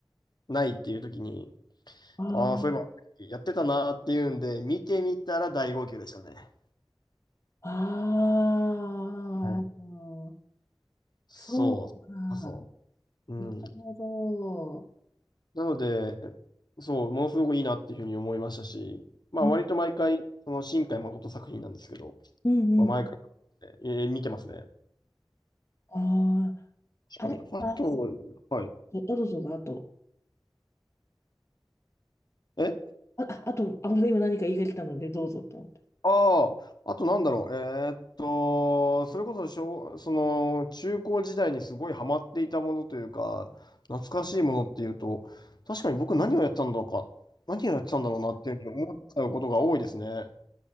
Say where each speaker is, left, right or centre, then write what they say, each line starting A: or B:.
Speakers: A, on the left; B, on the left.
A: ないっていう時に、
B: あー
A: ああ、そういえば、やってたなーっていうんで、見てみたら大号泣でしたね。
B: あー、
A: はい。そう、
B: そうか。な
A: そう。うん。
B: るほ
A: なので、そう、ものすごくいいなっていうふうに思いましたし、まあ、
B: ど。
A: 割と毎回、
B: ね
A: その新海誠作品なんですけど、
B: うんうん。
A: まあ、毎回、えー見てますね。
B: ああ、
A: 確かに。
B: あれ、
A: あと、
B: あ、
A: はい。
B: えあどうぞどうぞ、あと。
A: え
B: あ、ああと、あ、また今何か言いが来たので、どうぞと思って。
A: ああ、あとなんだろう。えーっと、それこそ小、その、中高時代にすごいハマっていたものというか、懐かしいものっていうと、確かに僕何をやってたんだろうか、何をやってたんだろうなっていうふうに思っちゃうことが多いですね。